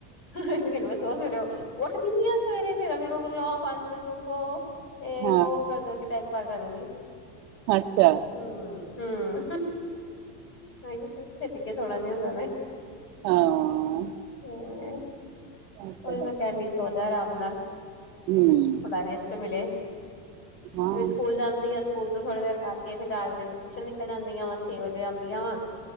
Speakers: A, on the left; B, on the right.
A: ਹ ਮ ਸੋ ਸਰੇ ਉੱਠਦੀ ਨੀਂ ਆ ਸਵੇਰੇ ਫਿਰ ਵੀ ਰੁਕ ਜਾਓ, ਪੰਜ ਮਿੰਟ ਰੁਕੋ। ਇਹ ਵੋ
B: ਹਾਂ
A: ਕਰਦੇ ਕੇ ਟਾਈਮ ਪਾ ਕਰੂਗੀ।
B: ਅੱਛਾ।
A: ਹਮ, ਹਮ। ਨਹੀਂ ਛੇਤੀ ਕੇ ਸੋਣਾ ਨੀ ਹੁੰਦਾ ਨਾ,
B: ਹਾਂ
A: <unintelligible> ਹਮ
B: ਉਹ
A: ਉਹੀ
B: ਤੇ
A: ਮੈਂ ਕਹਿੰਦੀ, ਸੋਂਜਾ ਆਰਾਮ ਨਾਲ।
B: ਹਮ।
A: ਥੋੜਾ ਰੈਸਟ ਮਿਲ,
B: ਹਾਂ
A: ਸਕੂਲ ਜਾਂਦੀ ਆ, ਸਕੂਲ ਤੋਂ ਥੋੜੀ ਦੇਰ ਗ ਤੇ ਫਿਰ ਚਾਰ ਵਜੇ ਫੇਰ ਟਿਊਸ਼ਨ ਨਿਕਲ ਜਾਂਦੀਆਂ ਵਾ, ਛੇ ਵਜੇ ਆਉਂਦੀਆਂ ਵਾ।